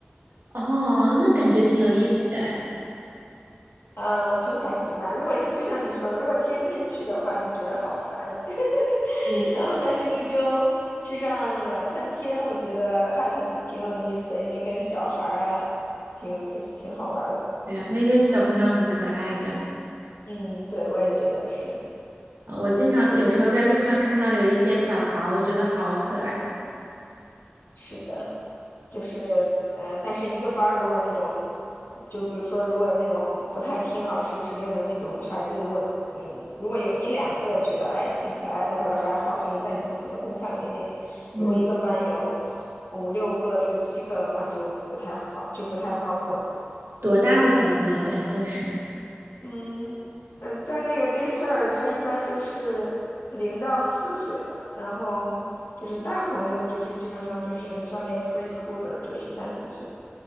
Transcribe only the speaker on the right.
哦，那感觉挺有意思的哎。
嗯
对啊，那些小朋友很可爱的。
呃我经常有时候在路上看到有一些小孩儿，我觉得好可爱。
嗯，
多大的小朋友呀，都是。